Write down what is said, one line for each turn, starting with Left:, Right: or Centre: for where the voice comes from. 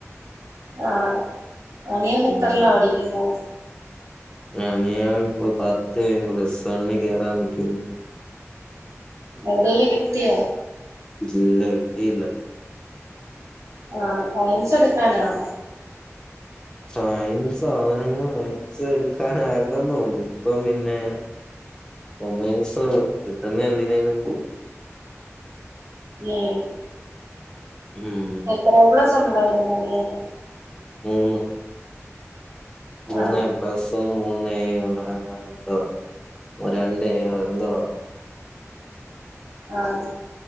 Right: ആഹ് അനിയൻ എത്രൽലാ
Left: ഉം.
Right: പടിക്കുന്നെ
Left: അനിയൻ ഇപ്പൊ പത്ത് കഴിഞ്ഞു പ്ലസ് വണ്ണി കേറാൻ നിക്കുന്നു
Right: എവിടെലും കിട്ടിയോ
Left: ഇല്ല കിട്ടീല്ല
Right: ആഹ് സയൻസ് എടുക്കാനാണോ
Left: സയൻസ് അവന് സയൻസ് എടുക്കാനായിരുന്നന്ന് തോന്നി ഇപ്പം പിന്നെ കോമെഴ്‌സൊ കിട്ടുന്ന എന്തിനേലും പോവും
Right: ഉം
Left: ഉം
Right: എത്ര <unintelligible>
Left: മൂന്ന് മൂന്ന്
Right: ആ,
Left: എപ്ലസും മൂന്ന് എയും അങ്ങനെന്തോ രണ്ട് ഏയോ എന്തോ
Right: ആം